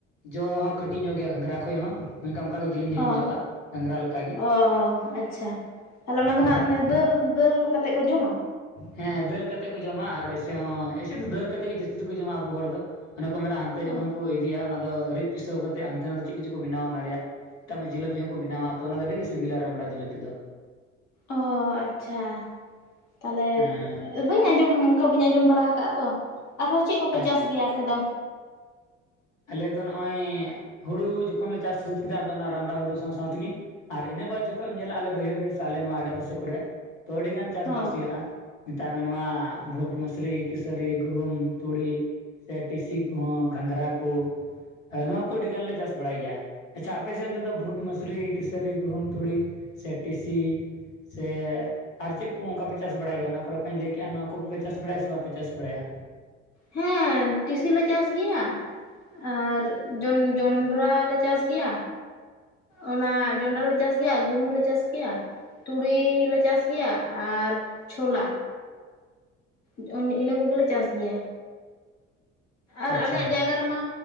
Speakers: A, on the left; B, on the left.
A: ᱡᱚ ᱦᱚᱸ ᱠᱟᱹᱴᱤᱡ ᱧᱚᱜ ᱜᱮᱭᱟ ᱜᱷᱟᱸᱜᱨᱟ ᱠᱷᱚᱡ ᱦᱚᱸ ᱢᱮᱱᱠᱷᱟᱱ ᱚᱝᱠᱟᱜᱮ ᱡᱮᱞᱤᱧ ᱡᱤᱞᱤᱧ
B: ᱚ
A: ᱡᱚᱜᱟ ᱜᱷᱟᱸᱜᱨᱟ ᱞᱮᱠᱟᱜᱮ᱾
B: ᱚ ᱟᱪᱪᱷᱟ ᱛᱟᱦᱟᱞᱮ ᱚᱱᱟ ᱫᱚ
A: ᱦᱮᱸ
B: ᱱᱟᱜ ᱢᱟᱱᱮ ᱫᱟᱹᱞ ᱫᱟᱹᱞ ᱠᱟᱛᱮᱫ ᱠᱚ ᱡᱚᱢᱟ᱾
A: ᱦᱮᱸ ᱫᱟᱹᱞ ᱠᱟᱛᱮ ᱠᱚ ᱡᱚᱢᱟ, ᱟᱨ ᱮᱭᱥᱮ ᱦᱚᱸ ᱮᱭᱥᱮ ᱫᱚ ᱫᱟᱹᱞ ᱠᱟᱛᱮ ᱜᱮ ᱡᱟᱹᱥᱛᱤ ᱫᱚᱠᱚ ᱡᱚᱢᱟ ᱟᱵᱚ ᱦᱚᱲ ᱫᱚ᱾ ᱚᱱᱮ ᱠᱚ ᱢᱮᱱᱟ ᱦᱟᱱᱛᱮ ᱡᱚᱠᱷᱚᱱ
B: ᱚ
A: ᱠᱚ ᱤᱫᱤᱭᱟ ᱚᱱᱟ ᱫᱚ ᱨᱤᱫ ᱯᱤᱥᱟᱹᱣ ᱠᱟᱛᱮᱫ ᱦᱟᱱᱛᱮ ᱱᱟᱛᱮ ᱪᱮᱫ ᱠᱚᱪᱚ ᱠᱚ ᱵᱮᱱᱟᱣᱟ ᱚᱱᱟ ᱨᱮᱭᱟᱜ᱾ ᱛᱟᱜᱢᱮ ᱡᱤᱞᱟᱹᱯᱤ ᱦᱚᱸᱠᱚ ᱵᱮᱱᱟᱣᱟ ᱛᱚ ᱚᱱᱟ ᱫᱚ ᱟᱹᱰᱤ ᱜᱮ ᱥᱤᱵᱤᱞ-ᱟ ᱨᱟᱢᱵᱽᱲᱟ ᱡᱤᱞᱟᱹᱯᱤ ᱫᱚ᱾
B: ᱚ ᱟᱪᱪᱷᱟ ᱛᱟᱦᱟᱞᱮ
A: ᱦᱮᱸ
B: ᱵᱟᱹᱧ ᱟᱸᱡᱚᱢ ᱚᱝᱠᱟ ᱵᱟᱹᱧ ᱟᱸᱡᱚᱢ ᱵᱟᱲᱟ ᱠᱟᱜᱟ ᱛᱚ, ᱟᱨᱦᱚᱸ ᱪᱮᱫ ᱠᱚᱯᱮ
A: ᱟᱪᱪᱷᱟ
B: ᱪᱟᱥ ᱜᱮᱭᱟ ᱟᱯᱮ ᱫᱚ?
A: ᱟᱞᱮ ᱫᱚ ᱱᱚᱜᱚᱭ ᱦᱩᱲᱩ ᱡᱚᱠᱷᱚᱱ ᱞᱮ ᱪᱟᱥ ᱥᱟᱹᱛ ᱠᱮᱫᱟ, ᱟᱫᱚ ᱚᱱᱟ ᱨᱟᱢᱲᱟ ᱦᱩᱲᱩ ᱥᱟᱶ ᱥᱟᱶ ᱛᱤᱜᱤ᱾ ᱟᱨ ᱤᱱᱟᱹ ᱵᱟᱫᱽ ᱡᱚᱠᱷᱚᱡ ᱮᱢ ᱧᱮᱞᱟ ᱟᱞᱮ ᱵᱟᱹᱭᱦᱟᱹᱲ ᱨᱮ ᱥᱮ ᱟᱞᱮ ᱱᱚᱣᱟ ᱟᱰᱮᱯᱟᱥᱮ ᱠᱚᱨᱮ ᱛᱚ ᱟᱹᱰᱤᱜᱟᱱ ᱪᱟᱥ
B: ᱦᱚᱸ
A: ᱵᱟᱥ ᱦᱩᱭᱩᱜ-ᱟ ᱢᱮᱛᱟᱜ ᱢᱮ ᱱᱚᱣᱟ ᱵᱷᱩᱴ ᱢᱟᱥᱨᱤ, ᱠᱤᱥᱟᱹᱨᱤ, ᱜᱩᱦᱩᱢ, ᱛᱩᱲᱤ, ᱥᱮ ᱴᱤᱥᱤ ᱠᱚᱦᱚᱸ ᱜᱷᱟᱸᱜᱨᱟ ᱠᱳ᱾ ᱱᱚᱣᱟ ᱠᱚ ᱟᱹᱰᱤ ᱜᱟᱱᱞᱮ ᱪᱟᱥ ᱵᱟᱲᱟᱭ ᱜᱮᱭᱟ, ᱟᱪᱪᱷᱟ ᱟᱯᱮ ᱥᱮᱱ ᱛᱮᱫᱚ ᱵᱷᱩᱴ, ᱢᱟᱥᱨᱤ, ᱠᱤᱥᱟᱹᱨᱤ, ᱜᱩᱦᱩᱢ, ᱛᱩᱲᱤ ᱥᱮ ᱴᱤᱥᱤ ᱥᱮ ᱟᱨ ᱪᱮᱫ ᱠᱚ ᱚᱝᱠᱟᱯᱮ ᱪᱟᱥ ᱵᱟᱲᱟᱭ ᱜᱮᱭᱟ, ᱚᱱᱟ ᱠᱚᱨᱮ ᱚᱠᱟᱧ ᱞᱟᱹᱭ ᱠᱮᱜᱟ ᱱᱚᱣᱟ ᱠᱚᱯᱮ ᱪᱟᱥ ᱵᱟᱲᱟᱭᱟ ᱥᱮ ᱵᱟᱯᱮ ᱪᱟᱥ ᱵᱟᱲᱟᱭᱟ?
B: ᱦᱮᱸ ᱴᱤᱥᱤ ᱞᱮ ᱪᱟᱥ ᱜᱮᱭᱟ᱾ ᱟᱨ ᱡᱚᱱ ᱡᱚᱸᱱᱰᱨᱟ ᱞᱮ ᱪᱟᱥ ᱜᱮᱭᱟ᱾ ᱚᱱᱟ ᱡᱚᱱᱰᱨᱟ ᱞᱮ ᱪᱟᱥ ᱜᱮᱭᱟ ᱜᱩᱦᱩᱢ ᱞᱮ ᱪᱟᱥ ᱜᱮᱭᱟ ᱛᱩᱲᱤ ᱞᱮ ᱪᱟᱥ ᱜᱮᱭᱟ ᱟᱨ ᱪᱷᱚᱞ-ᱟ᱾ <unintelligible> ᱤᱱᱟᱹ ᱠᱚᱜᱮᱞᱮ ᱪᱟᱥ ᱜᱮᱭᱟ᱾ ᱟᱨ
A: ᱟᱪᱪᱷᱟ
B: ᱟᱞᱮᱭᱟᱜ ᱡᱟᱭᱜᱟ ᱨᱮᱢᱟ